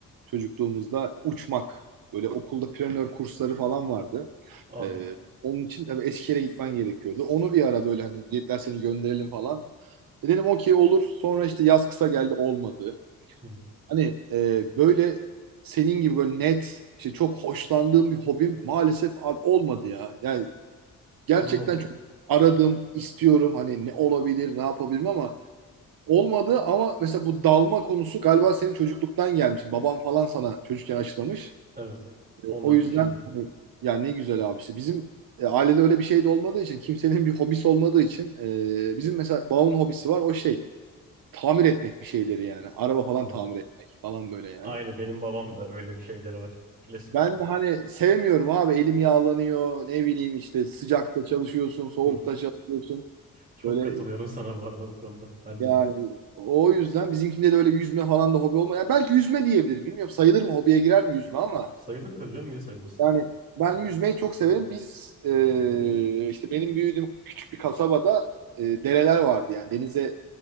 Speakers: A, on the right; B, on the right.
A: çocukluğumuzda uçmak. Böyle okulda planör kursları falan vardı.
B: Aa,
A: Ee, onun için tabii Eskişehir'e gitmen gerekiyordu. Onu bir ara böyle hani dediler seni gönderelim falan. E Dedim okey olur. Sonra işte yaz kısa geldi olmadı.
B: hı hı.
A: Hani e, böyle senin gibi böyle net işte çok hoşlandığım bir hobim maalesef abi olmadı ya. Yani gerçekten
B: Anladım.
A: çok aradım, istiyorum hani ne olabilir, ne yapabilirim ama Olmadı ama mesela bu dalma konusu galiba senin çocukluktan gelmiş. Baban falan sana çocukken aşılamış.
B: Evet.
A: E,
B: 14
A: O yüzden
B: yaşında.
A: hani, ya ne güzel abi işte bizim e, ailede öyle bir şey de olmadığı için kimsenin bir hobisi olmadığı için e, bizim mesela babamın hobisi var o şey tamir etmek bir şeyleri yani. Araba falan
B: Hı hı.
A: tamir etmek falan böyle yani.
B: Aynı benim babam da öyle bir şeyleri var. Klasik.
A: Ben de hani sevmiyorum abi elim yağlanıyor ne bileyim işte sıcakta çalışıyorsun soğukta
B: Hı.
A: çalışıyorsun.
B: Çok
A: Böyle
B: katılıyorum sana bu arada bu konuda. Ben
A: Yani
B: de.
A: o yüzden bizimkinde de öyle bir yüzme falan da hobi olmuyor. Yani belki yüzme diyebilir. Bilmiyorum sayılır mı hobiye girer mi yüzme ama
B: Sayılır tabii canım niye sayılmasın?
A: yani ben yüzmeyi çok severim. Biz e, işte benim büyüdüğüm küçük bir kasabada e, dereler vardı yani denize